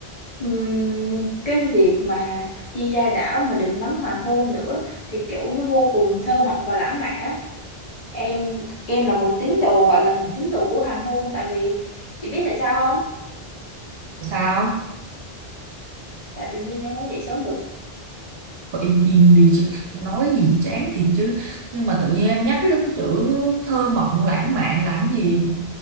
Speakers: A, on the left (about 40°); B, on the right (about 75°).
A: Ừm, cái việc mà đi ra đảo mà được ngắm hoàng hôn nữa thì kiểu nó vô cùng thơ mộng và lãng mạn á. em em là một tín đồ gọi là một tín đồ của hoàng hôn tại vì chị biết tại sao không
B: Sao?
A: tại bình minh em không dậy sớm được
B: thôi im im đi chứ nói gì chán thiệt chứ nhưng mà tự nhiên em nhắc
A: <laughs>
B: tới cái chữ thơ mộng lãng mạn làm gì